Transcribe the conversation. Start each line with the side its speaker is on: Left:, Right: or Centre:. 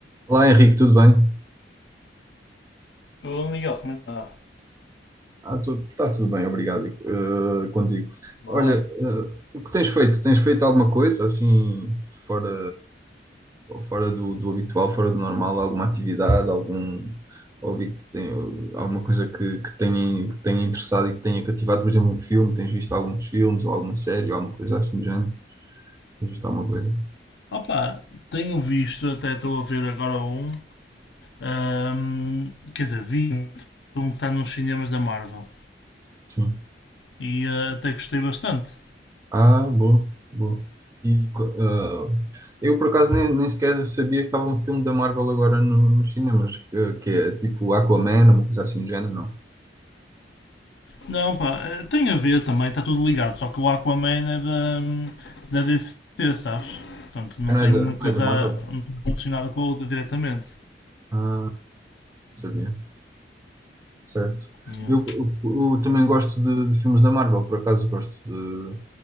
Right: Olá Henrique, tudo bem?
Left: Tudo, Miguel, como é que está?
Right: Ah, está tudo bem, obrigado, eh, contigo.
Left: Boa.
Right: Olha, eh, o que tens feito? Tens feito alguma coisa assim fora, fora do, do habitual, fora do normal, alguma atividade, algum hobby que tem alguma coisa que, que tenha, que tenha interessado e que tenha cativado, por exemplo, um filme, tens visto alguns filmes ou alguma série ou alguma coisa assim do género? Tens visto alguma coisa?
Left: Opa, tenho visto, até estou a ver agora um, ahm, quer dizer, vi um que está nos cinemas da Marvel
Right: Sim.
Left: e ah, até gostei bastante.
Right: Ah, boa, boa. E, ah, eu, por acaso, nem, nem sequer sabia que estava um filme da Marvel agora no, nos cinemas, que, que é tipo Aquaman, uma coisa assim do género, não.
Left: Não, pá, eh, tem a ver também, está tudo ligado, só que o Aquaman é da, da DC, sabes? Portanto, não
Right: Não
Left: tem
Right: é da,
Left: muita
Right: não
Left: coisa
Right: é da Marvel?
Left: não tem relacionada com a outra diretamente.
Right: Ah, não sabia. Certo.
Left: Yeah,
Right: Eu, eu, eu também gosto de, de filmes da Marvel, por acaso gosto de,